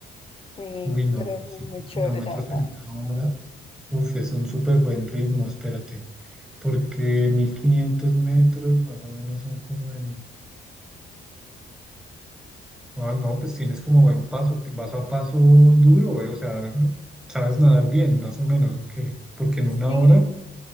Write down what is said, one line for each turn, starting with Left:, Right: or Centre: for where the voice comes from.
Left: Sí,
Centre: Uy, no,
Left: pero
Centre: pero
Left: es muy
Centre: cinco
Left: muy chévere,
Centre: kilómetros
Left: la verdad.
Centre: en una hora. Uf, es un súper buen ritmo, espérate. Porque 1500 metros más o menos son como en Ah, no, pues tienes como buen paso, te vas a paso duro, eh, O sea, sabes nadar bien, más o menos, ¿o qué? Porque en una
Left: Sí,
Centre: hora,